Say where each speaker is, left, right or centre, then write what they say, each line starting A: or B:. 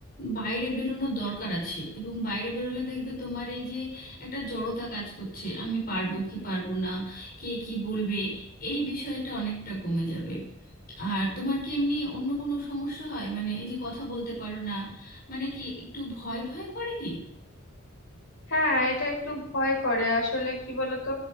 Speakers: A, on the left; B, on the left.
A: বাইরে বেরোনোর দরকার আছে এবং বাইরে বেরোলে দেখবে তোমার এই যে একটা জড়তা কাজ করছে আমি পারবো কি পারবো না কে কি বলবে এই বিষয়টা অনেকটা কমে যাবে আর তোমার কি এমনি অন্য কোনো সমস্যা হয় মানে এই যে কথা বলতে পারো না মানে কি একটু ভয় ভয় করে কি
B: হ্যাঁ এটা একটু ভয় করে আসলে কি বলতো